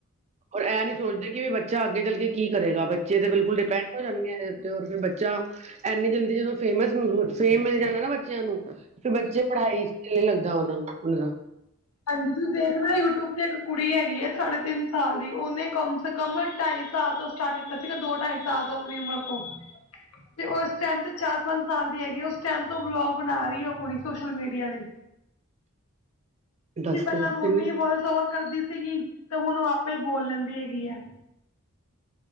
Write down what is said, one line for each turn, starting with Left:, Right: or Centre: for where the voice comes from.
Right: ਹੁਨ ਐਂ ਨੀ ਸੋਚਦੇ ਕਿ ਵੀ ਬੱਚਾ ਅੱਗੇ ਚਲ ਕੇ ਕੀ ਕਰੇਗਾ ਬੱਚੇ ਤੇ ਬਿਲਕੁਲ ਡਿਪੈਂਡ ਹੋ ਜਾਨਗੇ ਤੇ ਔਰ ਫਿਰ ਬੱਚਾ ਐਨੀ ਜਲਦੀ ਜਦੋਂ ਫੇਮਸ ਫੇਮ ਮਿਲ ਜਾਏਗਾ ਨਾ ਬੱਚਿਆਂ ਨੂੰ ਫਿਰ ਬੱਚੇ
Left: ਬਿਲਕੁਲ।
Right: ਪੜ੍ਹਾਈ ਚ ਦਿਲ ਨਹੀ ਲੱਗਦਾ ਹੂਨ ਉਨਾਂ ਦਾ
Left: ਹਾਂਜੀ, ਤੁਸੀਂ ਦੇਖਨਾ ਯੂਟਿਊਬ ਤੇ ਇੱਕ ਕੁੜੀ ਹੈਗੀ ਐਂ। ਸਾਢੇ ਤਿੰਨ ਸਾਲ ਦੀ ਉਹਨੇ ਕਮ ਸੇਮ ਕਮਰ ਢਾਈ ਸਾਲ ਤੋਂ ਸਟਾਰ ਕੀਤਾ ਸੀਗਾ, ਦੋ ਢਾਈ ਸਾਲ ਤੋਂ ਅਪਨੀ ਉਮਰ ਤੋਂ ਤੇ ਉਸ ਟਾਈਮ ਤੇ ਚਾਰ ਪੰਜ ਸਾਲ ਦੀ ਹੈਗੀ ਉਸ ਟਾਈਮ ਤੋਂ ਉਹ ਵਲੋਗ ਬਨਾ ਰਹੀ ਐ ਉਹ ਕੁੜੀ ਸੋਸ਼ਲ ਮੀਡੀਆ ਲਈ। ਵੀ
Right: ਦੱਸੋ
Left: ਪਹਿਲਾਂ ਮੰਮੀ
Right: ਕਿੰਨੀ
Left: ਵੋਇਸ ਓਵਰ ਕਰਦੀ ਸੀਗੀ ਤੇ ਹੁਨ ਆਪੇ ਹੀ ਬੋਲ ਲੈਂਦੀ ਹੈਗੀ ਐ